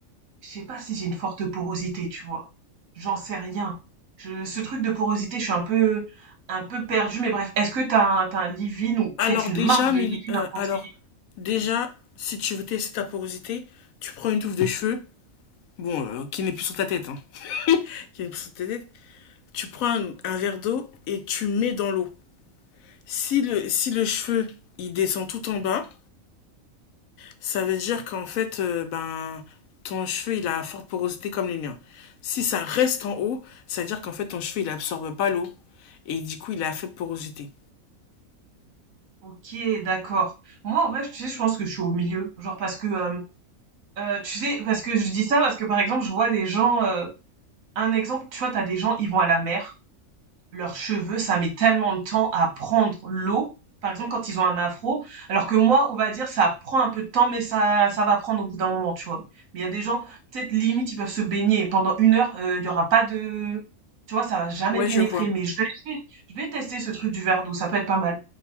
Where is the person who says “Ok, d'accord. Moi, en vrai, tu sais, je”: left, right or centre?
Right